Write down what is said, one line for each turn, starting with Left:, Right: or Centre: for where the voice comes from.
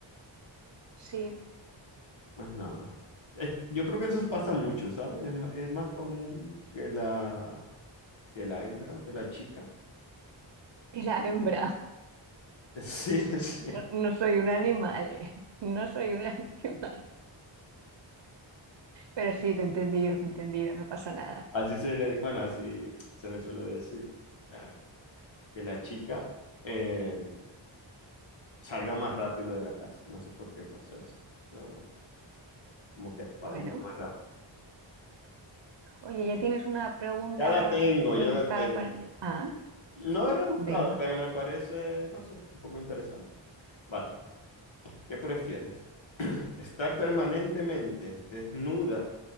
Right: Sí,
Left: Pues nada. Es que- yo creo que eso pasa mucho, ¿sabes? Es, ma- es más común que la, que la hembra o que la chica.
Right: y <laughs> la hembra.
Left: <laughs> Sí, sí.
Right: No, no soy un animal, eh, <laughs> No soy un <laughs> animal. Pero sí, te he entendido, te he entendido, no pasa nada.
Left: Así se le, bueno, así se le suele decir. ah, Que la chica eh, salga más rápido de la casa. No sé por qué pasa eso. Pero como que espabila
Right: Bueno,
Left: más rápido.
Right: oye, ya tienes una pregunta
Left: Ya la tengo,
Right: rebuscada
Left: ya la tengo.
Right: para... mí. Ah,
Left: No es rebuscada,
Right: venga.
Left: pero me parece, no sé, un poco interesante. Vale, ¿qué prefieres? ¿Estar permanentemente desnuda?